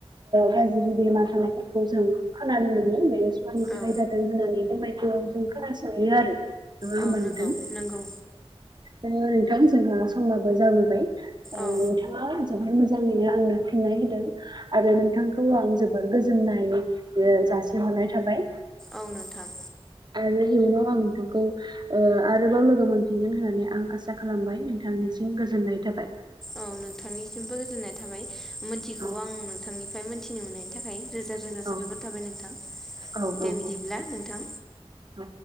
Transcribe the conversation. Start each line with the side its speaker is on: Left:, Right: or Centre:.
Right: गाज्रि बेमार जानायफोरखौ जों खोनानो मोनो बे जनि गाहाय
Centre: औ
Right: जादों होननानै दों माइगआव जों खोनासंयो आरो नङा होमबा
Centre: औ नंगौ
Right: नोंथां
Centre: नंगौ
Right: ओ नोंथां जोंहा समाबो जाबोबाय नोंथाङा
Centre: औ
Right: जोबोर मोजाङैनो आंनो फिननाय होदों आरो नोंथांखौ आं जोबोर गोजोननाय जासिहरनाय थाबाय
Centre: औ नोंथां
Right: आरो इयुनाव आं नोंथांखौ आरोबाव लोगो मोनफिनगोन होननानै आं आसा खालामबाय नोंथांनि गोजोननाय थाबाय
Centre: औ नोंथांनिसिमबो गोजोननाय थाबाय मोनथिखौ
Right: औ
Centre: आं नोंथांनिफ्राय मोनथिनो मोननायनि थाखाय रोजा रोजा साबगायखर
Right: औ
Centre: थाबाय नोंथां
Right: औ
Centre: दे
Right: औ
Centre: बिदिब्ला नोंथां
Right: औ